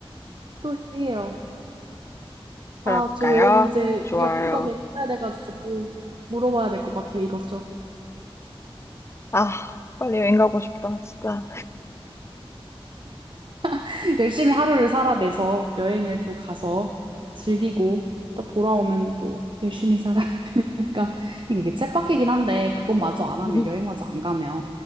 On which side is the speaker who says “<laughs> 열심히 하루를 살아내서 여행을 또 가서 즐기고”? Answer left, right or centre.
Right